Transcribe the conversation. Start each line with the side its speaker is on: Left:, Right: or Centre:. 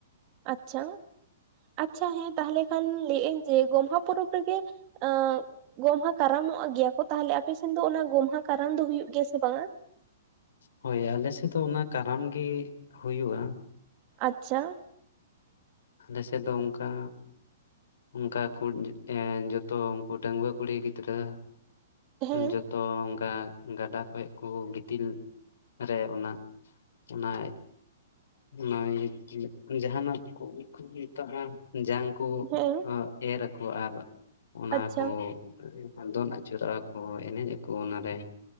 Right: ᱟᱪᱪᱷᱟ᱾ ᱟᱪᱪᱷᱟ ᱦᱮᱸ ᱛᱟᱦᱚᱞᱮ ᱠᱷᱟᱱ ᱞᱟᱹᱭᱮᱜ ᱟᱹᱧ ᱡᱮ ᱜᱚᱢᱦᱟ ᱯᱚᱨᱚᱵᱽ ᱨᱮᱜᱮ ᱟᱸ ᱜᱚᱢᱦᱟ ᱠᱟᱨᱟᱢᱚᱜ ᱜᱮᱭᱟ ᱠᱚ ᱛᱟᱦᱚᱞᱮ ᱟᱯᱮ ᱥᱮᱱ ᱫᱚ ᱚᱱᱟ ᱜᱚᱢᱦᱟ ᱠᱟᱨᱟᱢ ᱫᱚ ᱦᱩᱭᱩᱜ ᱜᱮᱭᱟ ᱥᱮ ᱵᱟᱝᱟ?
Left: ᱦᱳᱭ ᱟᱞᱮ ᱥᱮᱫ ᱫᱚ ᱚᱱᱟ ᱠᱟᱨᱟᱢ ᱜᱮ ᱦᱩᱭᱩᱜ-ᱟ᱾
Right: ᱟᱪᱪᱷᱟ᱾
Left: ᱟᱞᱮ ᱥᱮᱫ ᱫᱚ ᱚᱱᱠᱟ ᱚᱱᱠᱟ ᱠᱩᱡ ᱮ ᱡᱚᱛᱚ ᱩᱱᱠᱩ ᱰᱟᱺᱜᱽᱣᱟᱹ ᱠᱩᱲᱤ ᱜᱤᱫᱽᱨᱟᱹ
Right: ᱦᱮᱸ
Left: ᱡᱚᱛᱚ ᱚᱱᱠᱟ ᱜᱟᱰᱟ ᱠᱷᱚᱡ ᱠᱚ ᱜᱤᱛᱤᱞ ᱨᱮ ᱚᱱᱟ ᱚᱱᱟ ᱚᱱᱟ <unintelligible> ᱡᱟᱦᱟᱱᱟᱜ ᱠᱚ, ᱠᱚ ᱢᱮᱛᱟᱜᱼᱟ ᱡᱟᱝ ᱠᱚ
Right: ᱦᱮᱸ
Left: ᱮᱸ ᱮᱨ ᱟᱠᱚ ᱟᱨ ᱚᱱᱟ
Right: ᱟᱪᱪᱷᱟ
Left: ᱠᱚ ᱫᱚᱱ ᱟᱹᱪᱩᱨᱟᱜᱼᱟ ᱠᱚ ᱮᱱᱮᱡ ᱟᱠᱚ ᱚᱱᱟᱨᱮ᱾